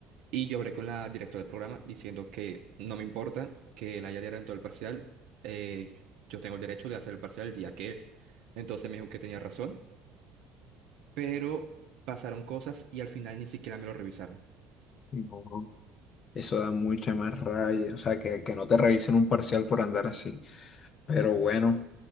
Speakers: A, on the right; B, on the left.
A: Y yo hablé con la directora del programa diciendo que no me importa que él haya adelantado el parcial, eh, yo tengo el derecho de hacer el parcial el día que es. Entonces me dijo que tenía razón pero pasaron cosas y al final ni siquiera me lo revisaron.
B: No, eso da mucha más rabia, o sea, que, que no te revisen un parcial por andar así. Pero bueno.